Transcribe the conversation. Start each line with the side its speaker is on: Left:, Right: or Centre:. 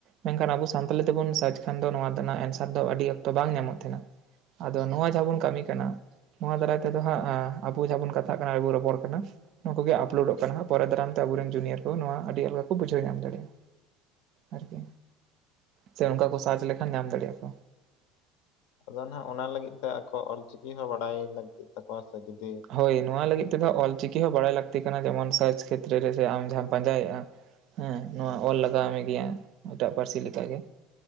Right: ᱢᱮᱱᱠᱷᱟᱱ ᱟᱵᱚ ᱥᱟᱱᱛᱟᱞᱤ ᱛᱮᱵᱚᱱ ᱥᱟᱨᱪ ᱠᱷᱟᱱ ᱫᱚ ᱱᱚᱣᱟ ᱛᱮᱱᱟᱜ ᱮᱱᱥᱟᱨ ᱫᱚ ᱟᱹᱰᱤ ᱚᱠᱛᱚ ᱵᱟᱝ ᱧᱟᱢᱚᱜ ᱛᱟᱦᱮᱱᱟ᱾ ᱟᱫᱚ ᱱᱚᱣᱟ ᱡᱟᱦᱟᱸ ᱵᱚᱱ ᱠᱟᱹᱢᱤ ᱠᱟᱱᱟ ᱱᱚᱣᱟ ᱫᱟᱨᱟᱭ ᱛᱮᱫᱚ ᱦᱟᱸᱜ ᱮᱸ ᱟᱵᱚ ᱡᱟᱦᱟᱸ ᱵᱚᱱ ᱠᱟᱛᱷᱟ ᱠᱟᱱᱟ ᱟᱨᱵᱚ ᱨᱚᱯᱚᱲ ᱠᱟᱱᱟ ᱱᱚᱣᱟ ᱠᱩᱜᱮ ᱟᱯᱞᱳᱰᱚᱜ ᱠᱟᱱᱟ ᱦᱟᱸᱜ ᱯᱚᱨᱮᱨ ᱫᱟᱨᱟᱢ ᱛᱮ ᱟᱵᱚᱨᱮᱱ ᱡᱩᱱᱤᱭᱟᱨ ᱠᱚ ᱱᱚᱣᱟ ᱟᱹᱰᱤ ᱟᱞᱜᱟ ᱠᱚ ᱵᱩᱷᱟᱹᱣ ᱧᱟᱢ ᱫᱟᱲᱮᱜᱼᱟ᱾ ᱟᱨᱠᱤ ᱥᱮ
Left: ᱟᱪᱪᱷᱟ
Right: ᱚᱝᱠᱟ ᱠᱚ ᱥᱟᱨᱪ ᱞᱮᱠᱷᱟᱱ ᱧᱟᱢ ᱫᱟᱲᱮᱜ-ᱟ ᱠᱚ᱾
Left: ᱟᱫᱚ ᱱᱟᱦᱟᱜ ᱚᱱᱟ ᱞᱟᱹᱜᱤᱫ ᱛᱮ ᱟᱠᱚ ᱚᱞᱪᱤᱠᱤ ᱦᱚᱸ ᱵᱟᱰᱟᱭ ᱞᱟᱹᱠᱛᱤᱜ ᱛᱟᱠᱚᱣᱟ ᱥᱮ ᱡᱩᱫᱤ
Right: ᱦᱳᱭ ᱱᱚᱣᱟ ᱞᱟᱹᱜᱤᱫ ᱛᱮᱫᱚ ᱚᱞ ᱪᱤᱠᱤ ᱦᱚᱸ ᱵᱟᱲᱟᱭ ᱞᱟᱹᱠᱛᱤ ᱠᱟᱱᱟ ᱡᱮᱢᱚᱱ ᱥᱟᱨᱪ ᱠᱷᱮᱛᱨᱮ ᱨᱮ ᱡᱮ ᱟᱢ ᱡᱟᱦᱟᱸᱢ ᱯᱟᱸᱡᱟᱭᱮᱜᱼᱟ ᱦᱮᱸ ᱱᱚᱣᱟ ᱚᱞ ᱞᱟᱜᱟᱣ ᱢᱮ ᱜᱮᱭᱟ ᱮᱴᱟᱜ ᱯᱟᱹᱨᱥᱤ ᱞᱮᱠᱟ ᱜᱮ᱾